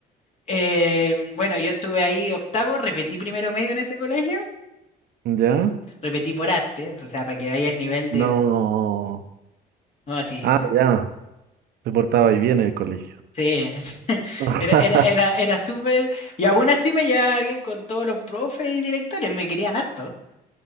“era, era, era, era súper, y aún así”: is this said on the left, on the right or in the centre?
Left